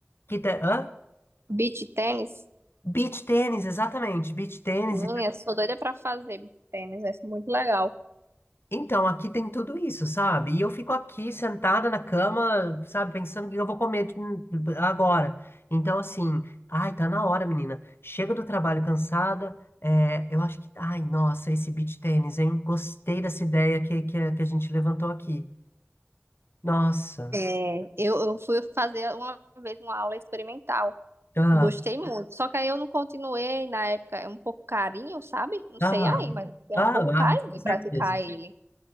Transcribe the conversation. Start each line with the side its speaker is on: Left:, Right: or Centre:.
Left: que tem, hã?
Right: Beach tênis?
Left: Beach tênis, exatamente. Beach tênis
Right: Minha, sou doida pra fazer beach tênis, é muito legal.
Left: Então, aqui tem tudo isso, sabe? E eu fico aqui sentada na cama, sabe, pensando o que eu vou comer hum, agora. Então, assim, ai, tá na hora, menina. Chega do trabalho cansada. é, eu acho que. Ai, nossa, esse beach tênis, hein? Gostei dessa ideia que, que, a que a gente levantou aqui. Nossa.
Right: É, eu, eu fui fazer uma vez uma aula experimental,
Left: Ah,
Right: gostei muito, só que aí eu não continuei na época, é um pouco carinho, sabe? Não
Left: ah,
Right: sei aí, mas é
Left: ah,
Right: um pouco carinho
Left: ah, com certeza.
Right: praticar ele.